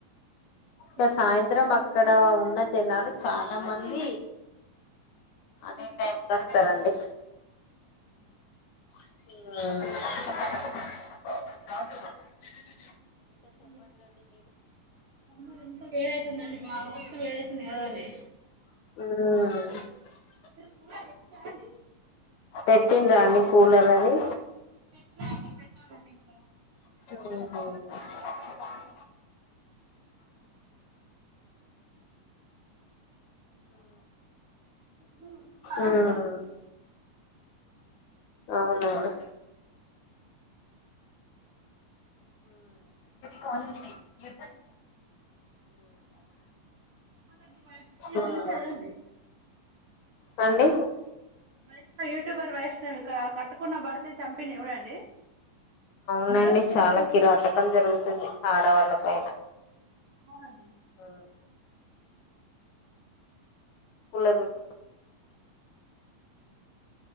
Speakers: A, on the left; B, on the right.
A: ఇగ సాయంత్రం
B: వెళ్ళాలని
A: అక్కడ ఉన్న జన్నాలు చాలా మంది అదే టైంకోస్తారండి
B: అ
A: మ్ ఆ
B: <inaudible> సమ్మర్ ఎంత వేడై సుందండి బా మస్త వేడైతుంది కదండీ
A: హుమ్
B: మీర్ కూలర్ పెట్ కున్న అండి
A: పెట్టిండ్రా అండి కూలర్ అది
B: పెట్టలే అండి పెట్టాలండి ఇంకా
A: మ్ హు
B: మీ పిల్లలు పడుకున్నారా
A: ఉమ్
B: అండి
A: అవునండి కాలజ్కి ఇ
B: మొన్న గి వైష్ణవి న్యూస్
A: ఉమ్
B: చూసారండీ
A: అండి
B: వైష్ణవి యూట్యూబర్ వైష్ణవి ఇక కట్టుకున్న భర్త చంపిడు చూడండి
A: అవునండి చాలా కిరాఅటకం జరుగుతుంది ఆడవాళ్ళ పైన
B: అవునండి
A: అ కూలర్ పెట్టుకో